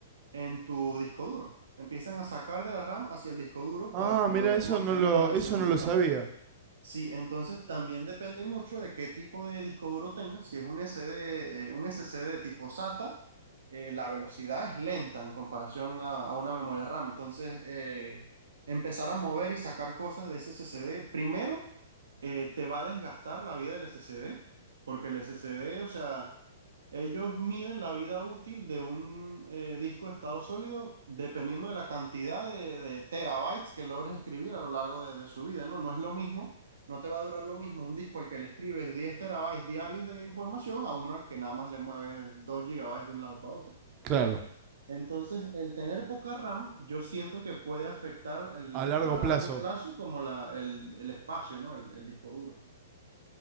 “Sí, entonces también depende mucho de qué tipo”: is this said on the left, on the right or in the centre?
Right